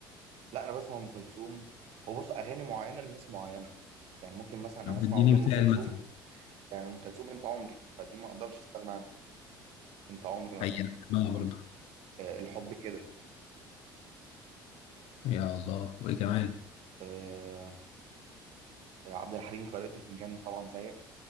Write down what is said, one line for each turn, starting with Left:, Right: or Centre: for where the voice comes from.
Right: لا انا بسمع ام كلثوم هو بص اغاني معينه لناس معينه يعني ممكن مثلا
Left: طب
Right: انا اسمع
Left: اديني
Right: لام
Left: مثال
Right: كلثوم
Left: مثلا
Right: يعني ام كلثوم انت عمري فدي ما اقدرش استغنى عنها انت عمري مثلا
Left: حقيقة بحبها
Right: تمام
Left: برضه
Right: آه الحب كده
Left: يا الله وايه كمان
Right: آه آه، عبد الحليم قارئة الفنجان طبعا زيك